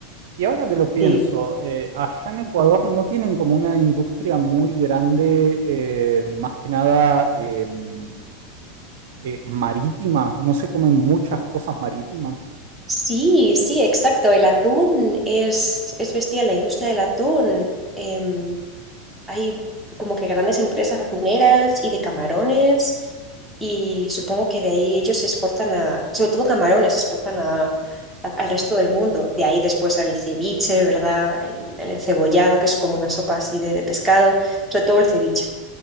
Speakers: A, on the right; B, in the centre.
A: Y ahora que lo pienso,
B: Sí.
A: eh, allá en Ecuador no tienen como una industria muy grande, eh, más que nada em, eh, marítima. No se comen muchas cosas marítimas.
B: Sí, sí, exacto. El atún es, es bestial, la industria del atún. em, hay como que grandes empresas atuneras y de camarones y supongo que de ahí ellos se exportan a, sobre todo camarones, se exportan a, a- al resto del mundo. De ahí después al ceviche, ¿verdad? El, el encebollado, que es como una sopa así de, de pescado, sobre todo el ceviche.